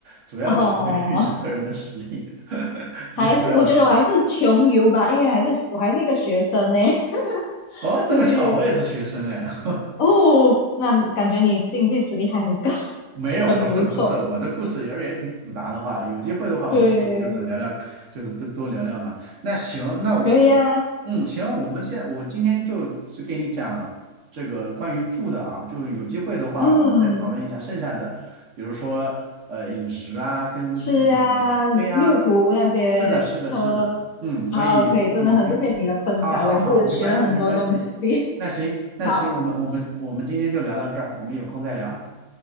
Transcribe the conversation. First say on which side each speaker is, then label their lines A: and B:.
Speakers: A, on the right (about 60°); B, on the left (about 65°).
A: 主要取决于你个人的实力，
B: 哦，
A: <laughs>
B: 还是我觉得我还是穷游吧，
A: 你明白我意思吗？
B: 因为还是我还是一个学生呢。<laughs>
A: 哦，这么巧，
B: 对，
A: 我也是学生哎，<laughs>
B: 哦，那感觉你经济实力还很高，<laughs>
A: 没有，
B: 很不错。
A: 不是不是，我的故事也也挺复杂的话，有机会的话，
B: 对，
A: 我们可以就是聊聊，就是多多聊聊嘛。那行，那我，
B: 可以啊，
A: 我嗯，行，我们现我今天就只给你讲这个关于住的啊，就是有机会的话，
B: 嗯，
A: 我们再讨论一下剩下的，比如说呃饮食啊，跟那个对呀、
B: 吃啊，路途那些车，
A: 是的，是的，是的，嗯，所以嗯行，
B: 好，可以，真的很谢谢你的分享，
A: 好好好，
B: 我也是学了很多东西。
A: 没关系没关系，
B: <laughs>
A: 那行那行，
B: 好，
A: 我们我们我们今天就聊到这儿，我们有空再聊。